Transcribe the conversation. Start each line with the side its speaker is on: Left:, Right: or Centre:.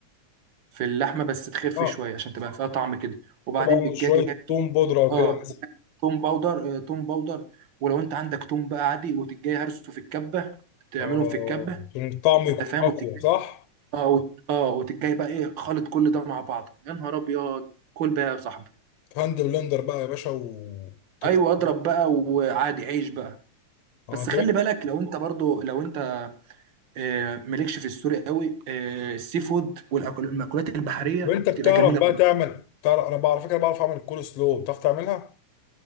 Right: في اللحمه بس تخف
Left: اه
Right: شويه عشان تبقى فيها طعم كده وبعدين
Left: طبعا
Right: بالجاجه
Left: شوية توم بودرة وكده
Right: اه
Left: مثلا
Right: توم باودر آه، توم باودر ولو انت عندك توم بقى عادي وتجي هرسه في الكبه تعملهم
Left: اه
Right: في الكبه
Left: عشان الطعم يكون
Right: انت فاهم
Left: أقوى
Right: وتجي
Left: صح؟
Right: اه وت... اه وتجي بقى ايه خلط كل ده مع بعض يا نهار ابيض كل بقى يا صاحبي
Left: في هاند بلندر بقى يا باشا وتطلع
Right: ايوه اضرب بقى وعادي عيش بقى
Left: اه
Right: بس
Left: طب
Right: خلي بالك لو انت برضو لو انت آه، مالكش في السوري قوي آه، السي فود والمأكولات البحرية
Left: طب أنت بتعرف
Right: بتبقى جميلة
Left: بقى
Right: برضه
Left: تعمل تعرف أنا بعرف- على فكرة بعرف أعمل الكول سلو بتعرف تعملها؟